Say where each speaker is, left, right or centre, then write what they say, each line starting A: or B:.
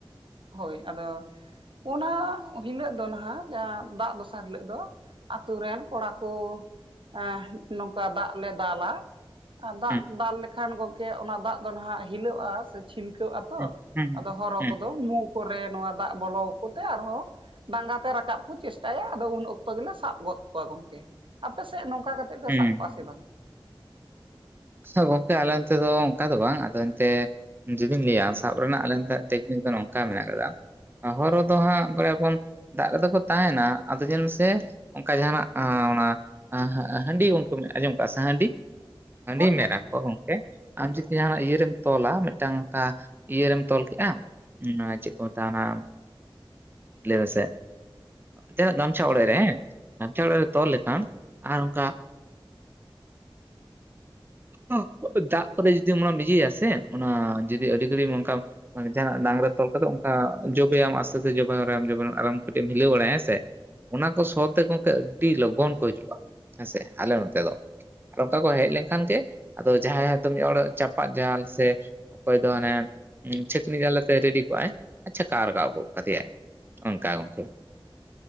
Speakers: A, on the right (about 65°); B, on the right (about 25°).
A: ᱦᱳᱭ ᱟᱫᱚ ᱚᱱᱟ ᱦᱤᱞᱚᱜ ᱫᱚ ᱱᱟᱦᱟᱜ ᱡᱟᱦᱟᱸ ᱫᱟᱜ ᱫᱚᱥᱟᱨ ᱦᱤᱞᱚᱜ ᱫᱚ ᱟᱛᱩ ᱨᱮᱱ ᱠᱚᱲᱟ ᱠᱚ ᱮᱸ ᱱᱚᱝᱠᱟ ᱫᱟᱜ ᱞᱮ ᱫᱟᱞᱟ ᱟᱨ ᱫᱟᱜ
B: ᱦᱩᱸ
A: ᱫᱟᱞ ᱞᱮᱠᱷᱟᱱ ᱜᱚᱢᱠᱮ ᱚᱱᱟ ᱫᱟᱜ ᱫᱚ ᱱᱟᱦᱟᱜ ᱦᱤᱞᱟᱹᱜᱼᱟ ᱪᱷᱤᱞᱠᱟᱹᱣ ᱟᱛᱚ
B: ᱦᱩᱸ ᱦᱩᱸ
A: ᱟᱫᱚ ᱦᱚᱨᱚ
B: ᱦᱩᱸ
A: ᱠᱚᱫᱚ ᱢᱩ ᱠᱚᱨᱮ ᱱᱚᱣᱟ ᱫᱟᱜ ᱵᱚᱞᱚ ᱟᱠᱚᱛᱮ ᱟᱨᱦᱚᱸ ᱰᱟᱸᱜᱟᱛᱮ ᱨᱟᱠᱟᱵ ᱠᱚ ᱪᱮᱥᱴᱟᱭᱟ ᱟᱫᱚ ᱩᱱ ᱚᱠᱛᱚ ᱜᱮᱞᱮ ᱥᱟᱵ ᱜᱚᱫ ᱠᱚᱣᱟ ᱜᱚᱝᱠᱮ ᱟᱯᱮᱥᱮᱫ ᱱᱚᱝᱠᱟ ᱠᱟᱛᱮ ᱯᱮ
B: ᱦᱩᱸ
A: ᱥᱟᱵ ᱠᱚᱣᱟ ᱥᱮ ᱵᱟᱝ?
B: <unintelligible> ᱜᱚᱝᱠᱮ ᱟᱞᱮ ᱚᱱᱛᱮ ᱫᱚ ᱚᱱᱠᱟ ᱫᱚ ᱵᱟᱝ ᱟᱫᱚ ᱮᱱᱛᱮ ᱡᱩᱫᱤᱧ ᱞᱟᱹᱭᱟ ᱥᱟᱵ ᱨᱮᱱᱟᱜ ᱟᱞᱮ ᱱᱚᱱᱛᱮ ᱴᱮᱠᱱᱤᱠ ᱫᱚ ᱱᱚᱝᱠᱟ ᱢᱮᱱᱟᱜ ᱟᱠᱟᱫᱟ ᱦᱚᱨᱚ ᱫᱚ ᱦᱟᱸᱜ ᱵᱟᱲᱟᱭ ᱟᱵᱚᱱ ᱫᱟᱜ ᱨᱮᱫᱚ ᱠᱚ ᱛᱟᱦᱮᱱᱟ ᱟᱫᱚ ᱪᱮᱞ ᱢᱮᱥᱮ ᱚᱱᱠᱟ ᱡᱟᱦᱟᱱᱟᱜ ᱚᱱᱟ ᱦᱟᱹᱸ ᱦᱟᱹᱸ ᱦᱟᱹᱸᱰᱤ ᱜᱚᱢᱠᱮᱢ ᱟᱸᱡᱚᱢ ᱠᱟᱜᱼᱟ ᱥᱮ ᱦᱟᱺᱰᱤ ᱦᱟᱺ
A: ᱦᱳᱭ
B: ᱢᱮᱨᱟ ᱠᱚ ᱜᱚᱢᱠᱮ
A: ᱜᱚᱝᱠᱮ
B: ᱟᱢ ᱡᱩᱫᱤ ᱦᱟᱱᱮ ᱤᱭᱟᱹᱨᱮᱢ ᱛᱚᱞᱟ ᱢᱤᱫᱴᱟᱝ ᱚᱱᱠᱟ ᱤᱭᱟᱹ ᱨᱮᱢ ᱛᱚᱞ ᱠᱮᱜᱼᱟ ᱪᱮᱫ ᱠᱚ ᱢᱮᱛᱟᱜᱼᱟ ᱚᱱᱟ <unintelligible> ᱥᱮ ᱪᱮᱫᱟᱜ ᱜᱟᱢᱪᱷᱟ ᱚᱲᱮᱡ ᱦᱮᱸ ᱜᱟᱢᱪᱷᱟ ᱚᱲᱮᱡ ᱛᱳᱞ ᱞᱮ <unintelligible> ᱟᱨ ᱚᱱᱠᱟ <unintelligible> ᱫᱟᱜ ᱠᱚᱨᱮ ᱡᱩᱫᱤ ᱚᱱᱟᱢ ᱤᱭᱟᱹᱭᱟ ᱥᱮ ᱚᱱᱟ ᱡᱩᱫᱤ ᱟᱹᱰᱤ ᱜᱷᱟᱹᱲᱤ ᱚᱱᱠᱟᱢ ᱢᱟᱱᱮ ᱱᱮᱛᱟᱨᱟᱜ ᱰᱟᱝᱨᱟ ᱛᱚᱞ ᱠᱟᱫᱚ ᱚᱱᱠᱟ ᱡᱚᱵᱮᱭᱟᱢ ᱟᱥᱛᱮ ᱟᱥᱛᱮ ᱡᱚᱵᱮ ᱦᱚᱨᱟᱭᱟᱢ ᱟᱨᱦᱚ ᱠᱟᱹᱴᱤᱡ ᱮᱢ ᱦᱤᱞᱟᱹᱣ ᱵᱟᱲᱟᱭᱟ ᱦᱮᱸ ᱥᱮ ᱚᱱᱟ ᱠᱚ ᱥᱚ ᱛᱮ ᱜᱚᱢᱠᱮ ᱟᱹᱰᱤ ᱞᱚᱜᱚᱱ ᱠᱚ ᱦᱤᱡᱩᱜᱼᱟ ᱦᱮᱸᱥᱮ ᱟᱞᱮ ᱱᱚᱛᱮ ᱫᱚ ᱚᱱᱠᱟ ᱠᱚ ᱦᱮᱡ ᱞᱮᱱᱠᱷᱟᱱ ᱜᱮ ᱟᱫᱚ ᱡᱟᱦᱟᱸᱭ ᱦᱚᱛᱚ ᱢᱤᱫ ᱦᱚᱲ ᱪᱟᱯᱟᱫ ᱡᱟᱞ ᱥᱮ ᱚᱠᱚᱭ ᱫᱚ ᱦᱟᱱᱮ ᱪᱷᱟᱹᱠᱱᱤ ᱡᱟᱞ ᱟᱛᱮᱜ ᱨᱮᱰᱤ ᱠᱚᱜᱼᱟᱭ ᱟᱨ ᱪᱷᱟᱠᱟᱣ ᱨᱟᱠᱟᱵ ᱜᱚᱜ ᱠᱟᱫᱮᱭᱟᱭ ᱚᱱᱠᱟ ᱜᱚᱢᱠᱮ